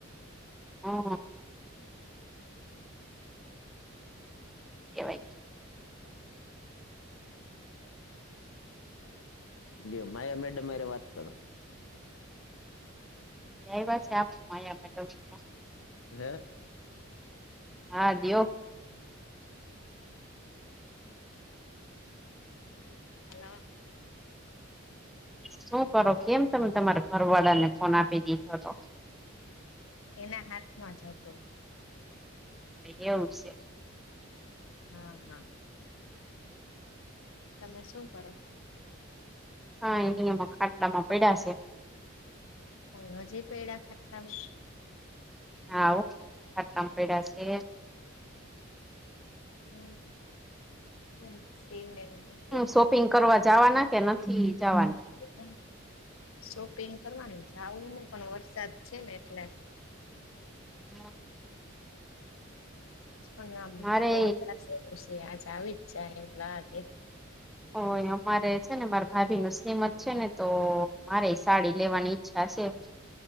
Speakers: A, in the centre; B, on the left.
A: હ. કેવાય.
B: લ્યો માયા મેડમ હારે વાત કરો.
A: લાયવા છે <unintelligible>
B: હે?
A: હા દીયો.
B: હાલો.
A: શું કરો? કેમ તમે તમારા ઘર વાળાને ફોન આપી દીધો તો?
B: એના હાથમાં જ હતો.
A: એવું સે.
B: હા હા, તમે શું કરો?
A: હા એની આમ ખાટલામાં પયદા છે.
B: ઓ હજે પેડા ખાટલા માં?
A: હા હો, ખાટલા પેયદા છે.
B: હમ્મ, એમ સેવને બીજું
A: હું શોપિંગ કરવા જવાના કે નથી જવાના?
B: હમ્મ, શોપિંગ કરવાને જાવું ને પણ વરસાદ છેને એટલે.
A: <inaudible>
B: અને આમ <inaudible>
A: મારે
B: આજ આવી જ જાય એમ લાગે.
A: ઓ ય અમારે છે ને મારા ભાભી નું શ્રીમંત છે ને તો મારે ય્ સાડી લેવાની ઈચ્છા છે. <unintelligible>